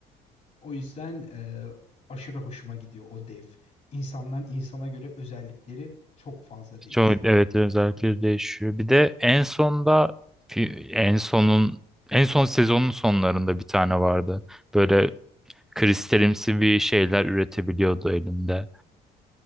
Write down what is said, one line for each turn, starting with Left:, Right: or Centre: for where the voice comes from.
Left: O yüzden e, aşırı hoşuma gidiyor o dev. İnsanlar insana göre özellikleri çok fazla değişiyor.
Centre: Çok, evet özellikleri değişiyor. Bir de en sonda fi- en sonun en son sezonun sonlarında bir tane vardı. Böyle kristalimsi bir şeyler üretebiliyordu elinde.